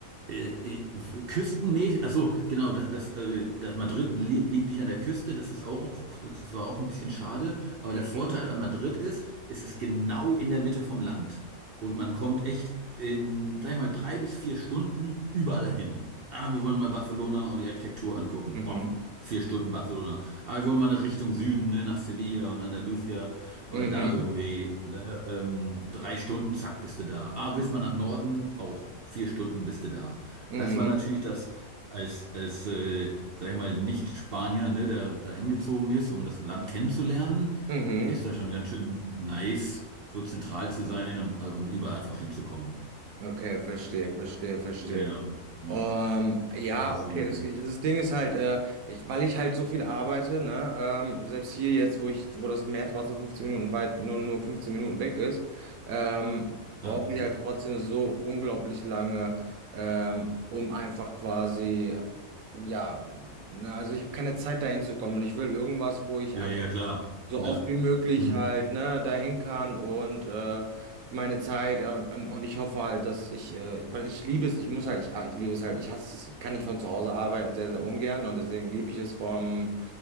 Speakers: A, on the right (about 60°); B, on the right (about 75°).
A: äh, äh, küstenmäßig, also genau, das, das, äh, das Madrid li liegt nicht an der Küste, das ist auch, das war auch ein bisschen schade, aber der
B: Mhm.
A: Vorteil an Madrid ist, es ist genau in der Mitte vom Land und man kommt echt in, sag ich mal, drei bis vier Stunden überall hin. Ah, wir wollen mal Barcelona und die Architektur angucken.
B: Mhm.
A: Boff. Vier Stunden Barcelona. Aber wir wollen mal nach Richtung Süden, ne, nach Sevilla und Andalusia. Äh,
B: Mhm.
A: da irgendwie, ne, ähm, drei Stunden, zack, bist du da. Aber willst mal nach Norden, auch vier Stunden bist du da.
B: Mhm.
A: Das war
B: Mhm.
A: natürlich das, als, als äh, sag ich mal, Nicht-Spanier, ne, der da hingezogen ist, um das Land kennenzulernen,
B: Mhm.
A: ist da schon ganz schön nice, so zentral zu sein und, äh, und überall einfach hinzukommen.
B: Okay, verstehe, verstehe, verstehe.
A: Ja, ja. ja.
B: Ähm, ja,
A: Das ist
B: okay,
A: so ein,
B: das, das Ding ist halt, äh, ich, weil ich halt so viel arbeite, ne, ähm, selbst hier jetzt, wo ich, wo das Meer trotzdem 15 Minuten weit, nur, nur 15 Minuten weg ist, ähm, brauche
A: ah, bisschen.
B: ich halt trotzdem so unglaublich lange, ähm, um einfach quasi, ja, ne, also ich habe keine Zeit dahin zu kommen und ich will irgendwas, wo ich
A: Ja, ja, klar.
B: so
A: Ja.
B: oft wie möglich
A: Hm.
B: halt, ne, dahin kann und äh, meine Zeit äh, und, und, und ich hoffe halt, dass ich, äh, weil ich liebe es, ich muss halt, ich, ja, ich liebe es halt, ich hasse es, ich kann nicht von zu Hause arbeiten, sehr, sehr ungern und deswegen liebe ich es vom